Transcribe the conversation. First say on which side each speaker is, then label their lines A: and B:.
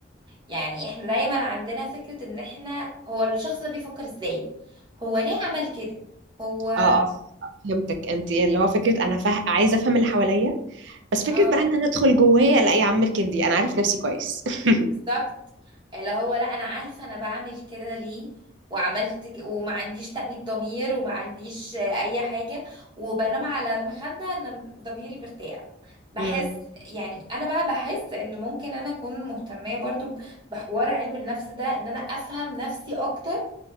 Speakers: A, on the right; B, on the right.
A: يعني احنا دايما عندنا فكرة ان احنا هو الشخص ده بيفكر ازاي هو ليه عمل كده هو
B: اه اه فهمتك انت اللي هو فكره انا فه... عايزه افهم اللي حواليا بس فكره
A: اه
B: بقى ان انا ادخل جوايا لا يا عم اركن دي انا عارف نفسي كويس <laughs>
A: بالظبط اللي هو لا انا عارفه انا بعمل كده ليه وعملت ك... وما عنديش تأنيب ضمير وما عنديش آه، اي حاجه وبنام على المخده ان ضميري مرتاح بحس
B: امم
A: يعني انا بقى بحس ان ممكن انا اكون مهتميه برضو ب- بحوار علم النفس ده ان انا افهم نفسي اكتر